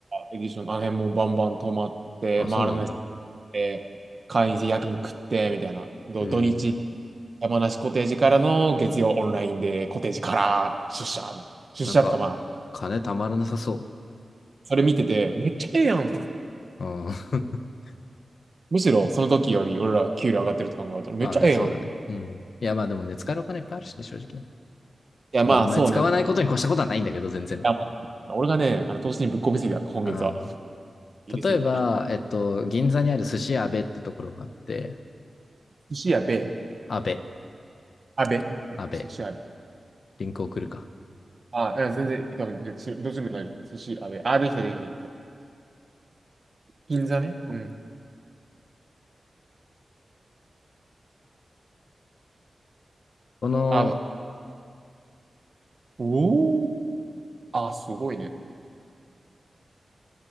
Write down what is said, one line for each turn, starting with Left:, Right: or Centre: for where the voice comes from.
Right: エディション、あの辺もうバンバン泊まって、
Left: あ、あ、
Right: 回らない
Left: そうなんだ。
Right: で、会員制夜勤食って、みたいな。ど土日、
Left: ええ、
Right: 山梨コテージからの月曜オンラインで、コテージから出社。出社ってかまあ、
Left: なんか、金たまらなさそ
Right: それ見てて、めっちゃええやん。
Left: う。うん。<laughs>
Right: むしろその時より俺ら給料上がってると考えたら、めっちゃええやん。
Left: まあね、そうだね。
Right: い
Left: うん。いや、まあでもね、使えるお金いっぱいあるしね、正直ね。
Right: やまあそうね。
Left: まあ、あんまり使わないことに越したことはないんだけど、
Right: い
Left: 全然。
Right: やまあ俺がね、あの投資にぶっ込みすぎた、今月は。
Left: うん。
Right: 入れすぎた。
Left: 例えば、えっと、銀座にある寿司阿部ってところがあって、
Right: 寿司やべ、
Left: 阿部、
Right: あべ、
Left: 阿部、
Right: 寿司やべ。
Left: リンク送るか。
Right: あ、いや全然、どっちでも大丈夫。寿司やべ。あ、できた、できた、できた。銀座ね。うん。
Left: この、
Right: あ、おー。あ、すごいね。